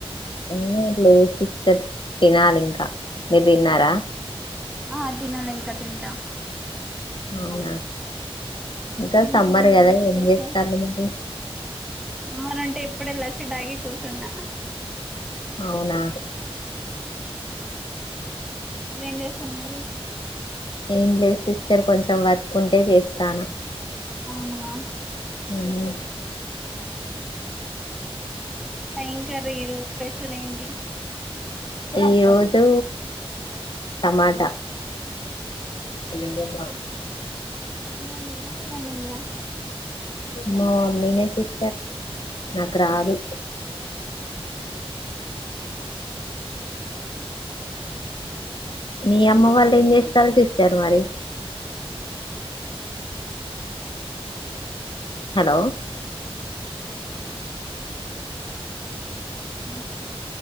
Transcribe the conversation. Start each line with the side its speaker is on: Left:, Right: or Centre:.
Left: ఆ లేసిస్త తినాలి ఇంకా మీరు తిన్నారా
Centre: ఆ తినలే ఇంకా తింటా
Left: అవునా ఇంకా
Centre: ఏంటండీ
Left: సమ్మర్
Centre: ఈరోజు
Left: కదా
Centre: స్పెషల్
Left: ఏం చేస్తాళ్ళు మరి
Centre: సమ్మర్ అంటే ఇప్పుడే లస్సీ తాగి కూసున్న
Left: అవునా
Centre: మీరేం చేస్తున్నారు
Left: ఏం లేదు సిస్టర్ కొంచెం వర్క్ ఉంటే చేస్తాను
Centre: అవునా
Left: ఉహూ
Centre: <unintelligible> ఈరోజు స్పెషల్ ఏంటి
Left: ఈ రోజు టమాటా స
Centre: రమ్య వండిందా మీరు వండిండ్రా
Left: మా మమ్మీనే సిస్టర్ నాకు రాదు మీ అమ్మ వాళ్ళు ఏం చేస్తారు సిస్టర్ సారు మరి హలో
Centre: ఆ